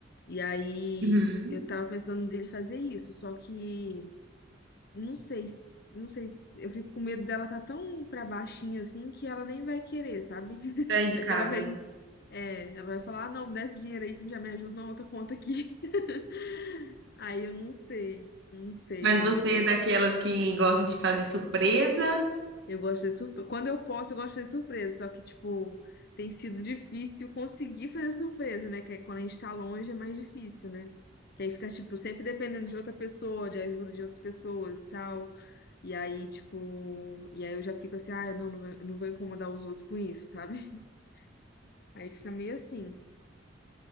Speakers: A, on the left; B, on the right.
A: E aí
B: Uhum.
A: eu tava pensando dele fazer isso, só que não sei, se- não sei, se- eu fico com medo dela tá tão pra baixinho assim que ela nem vai querer, sabe? <laughs>
B: Daí de
A: Acho
B: casa,
A: que ela vai,
B: né?
A: é, ela vai falar, ah, não, me dá esse dinheiro aí que já me ajuda na outra conta aqui. <laughs> Aí eu não sei, não sei
B: Mas você é daquelas que gosta de fazer surpresa?
A: Eu gosto de fazer surpresa. Quando eu posso, eu gosto de fazer surpresa. Só que, tipo, tem sido difícil conseguir fazer surpresa, né? Que é quando a gente tá longe é mais difícil, né? Que aí fica, tipo, sempre dependendo de outra pessoa, de ajuda de outras pessoas e tal. E aí, tipo, e aí eu já fico assim, ah, eu não, não vou não vou incomodar os outros com isso, sabe? <laughs> Aí fica meio assim.